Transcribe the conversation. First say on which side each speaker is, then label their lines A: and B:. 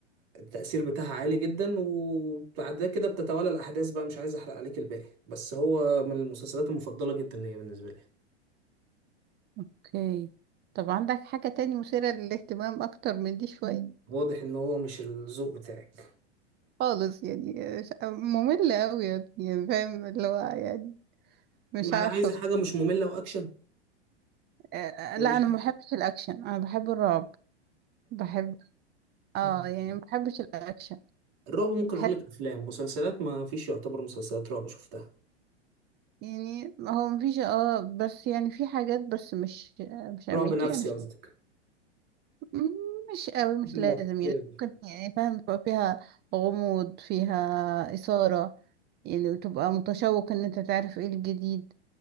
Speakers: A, on the right; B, on the right.
A: التأثير بتاعها عالي جدا وبعد كده بتتوالى الأحداث بقى مش عايز أحرق عليك الباقي بس هو من المسلسلات المفضلة جدا ليا بالنسبة لي
B: اوكي طب عندك حاجة تاني مثيرة للاهتمام أكتر من دي شوية مم.
A: واضح إن هو مش الذوق بتاعك
B: خالص يعني آه، ش- مملة أوي يا ابني يعني فاهم اللي هو يعني مش
A: يعني
B: عارفة
A: عايز حاجة مش مملة وأكشن
B: آه، آه،
A: ولا
B: لا
A: مش
B: أنا
A: أكشن
B: ما بحبش الأكشن أنا بحب الرعب بحب اه
A: الرعب
B: يعني ما بحبش الأكشن
A: الرعب ممكن
B: بحب
A: اقول لك افلام مسلسلات ما فيش يعتبر مسلسلات رعب شفتها
B: يعني هو مفيش اه بس يعني في حاجات بس مش آه، مش
A: رعب
B: أمريكي
A: نفسي
B: أنا
A: قصدك
B: مم، مش قوي مش
A: المؤثرة
B: لازم يعني
A: دي
B: ممكن يعني فاهم تبقى فيها غموض فيها إثارة يعني تبقى متشوق ان انت تعرف ايه الجديد